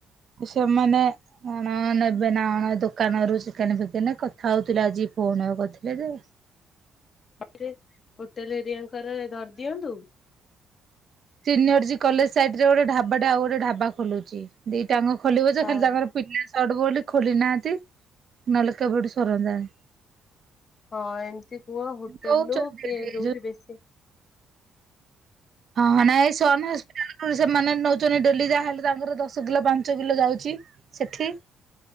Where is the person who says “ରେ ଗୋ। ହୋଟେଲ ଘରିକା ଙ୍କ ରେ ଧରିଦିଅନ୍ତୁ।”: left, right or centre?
Left